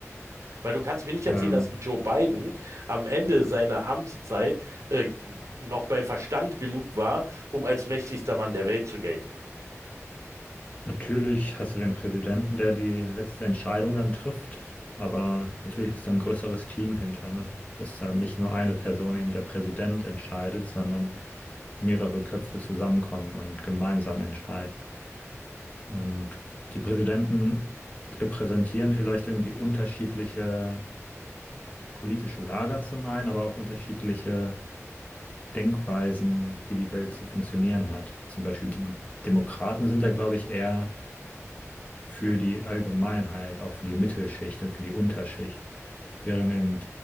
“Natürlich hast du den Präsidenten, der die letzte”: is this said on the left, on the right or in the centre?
Left